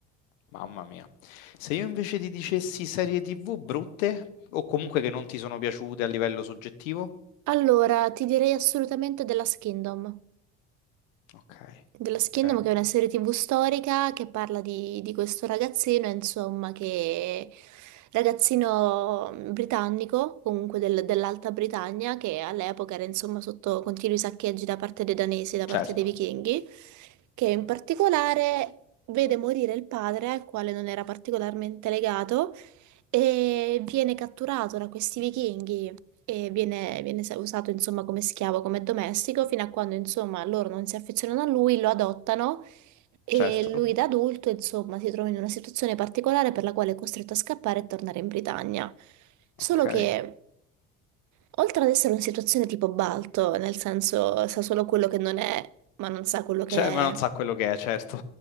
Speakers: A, on the left (about 85°); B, on the right (about 50°).
A: mamma mia. Se io invece ti dicessi serie TV brutte o comunque che non ti sono piaciute a livello soggettivo?
B: allora ti direi assolutamente della Last Kingdom.
A: Ok,
B: dello
A: ok.
B: Kingdom, che è una serie TV storica che parla di, di questo ragazzino, insomma, che ragazzino britannico, comunque del- dell'Alta Britannia, che all'epoca era insomma sotto continui saccheggi da parte dei danesi, da parte
A: Certo,
B: dei vichinghi, che in particolare vede morire il padre, al quale non era particolarmente legato, e viene catturato da questi vichinghi e viene, viene sa- usato insomma come schiavo, come domestico, fino a quando insomma loro non si affezionano a lui, lo adottano e
A: certo.
B: lui da adulto insomma si trova in una situazione particolare per la quale è costretto a scappare e tornare in Britannia. Solo
A: Ok.
B: che oltre ad essere una situazione tipo Balto, nel senso sa solo quello che non è, ma non sa quello che
A: Cioè,
B: è.
A: ma non sa quello che è, certo.